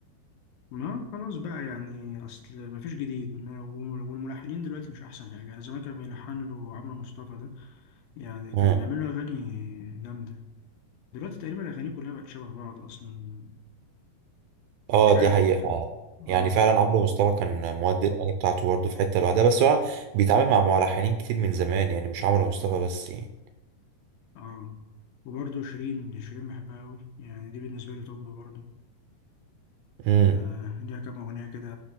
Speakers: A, on the left; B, on the right.
A: ما خلاص بقى يعني أصل مفيش جديد ما والملحنين دلوقتي مش أحسن حاجة أنا زمان كان بيلحن له عمرو مصطفى ده يعني
B: مم.
A: كان بيعمل له أغاني جامدة دلوقتي تقريبا أغانيه كلها بقت شبه بعض أصلا
B: اه
A: مش
B: دي
A: عارف
B: حقيقة
A: ما.
B: آه. يعني
A: آه
B: فعلا عمرو مصطفى كان مودي الأغاني بتاعته برضه في حتة لوحدها بس هو بيتعامل مع ملحنين كتير من زمان يعني مش عمرو مصطفى بس يعني
A: آه وبرضه شيرين شيرين بحبها أوي يعني دي بالنسبة لي توب برضه
B: امم
A: آه ليها كام أغنية كده